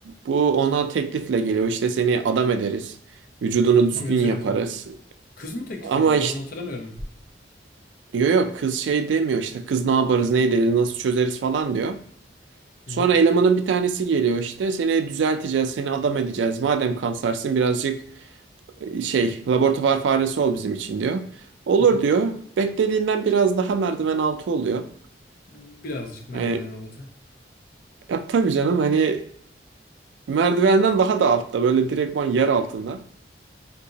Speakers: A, on the right; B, on the left.
A: bu ona teklifle geliyor. İşte seni adam ederiz. Vücudunu
B: Adam
A: düzgün
B: ederiz
A: yaparız.
B: mi? Kız mı teklif
A: Ama
B: ediyordu?
A: işte
B: Ben onu hatırlamıyorum.
A: Yok yok kız şey demiyor işte kız ne yaparız ne ederiz nasıl çözeriz falan diyor.
B: Hı
A: Sonra
B: hı.
A: elemanın bir tanesi geliyor işte seni düzelteceğiz seni adam edeceğiz. Madem kansersin birazcık e, şey laboratuvar faresi ol bizim için diyor. Olur
B: Hı hı.
A: diyor. Beklediğinden biraz daha merdiven altı oluyor.
B: B- Birazcık merdiven
A: Yani
B: altı.
A: ya tabii canım hani merdivenden daha da altta böyle direktman yer altında.